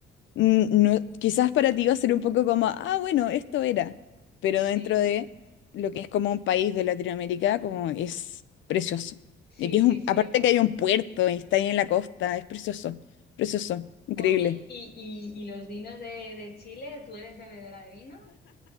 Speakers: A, on the left; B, on the left.
A: mm, no, quizás para ti va a ser un poco como, ah, bueno, esto era, pero
B: sí,
A: dentro de lo que es como un país de Latinoamérica, como es precioso.
B: sí,
A: Y aquí es
B: sí,
A: un,
B: sí.
A: aparte que hay un puerto y está ahí en la costa, es precioso, precioso, increíble.
B: Oye, ¿y, y, y los vinos de, de Chile? ¿Tú eres bebedora de vino?